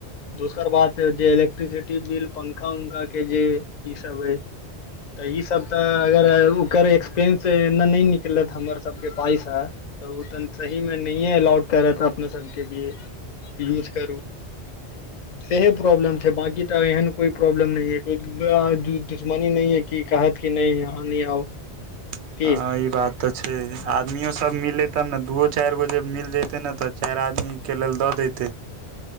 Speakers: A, on the left; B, on the right.
A: दोसर बात जे इलेक्ट्रिसिटी बिल पंखा उंखा के जे ई सब है तऽ ई सब तऽ अगर ओकर एक्सपेंस एने नै निकलत हमर सबके पाइसा तऽ उऽ त सही मे नहिये अलउट कर अपना सब केँ <inaudible> लिए यूज करू <unintelligible> सेहे प्रॉब्लम छै बकी तऽ एहन कोई प्रॉब्लम न है को ब आ दु दुश्मनी न है की कहत कि नै अहान आहाँ नै आउ <inaudible>
B: हँ
A: की
B: ई बात तऽ छै आदमियो सब सब मिले तब न दू ओ चाइर गो जे मिल जते न तऽ चाइर आदमी केँ लेल दऽ देते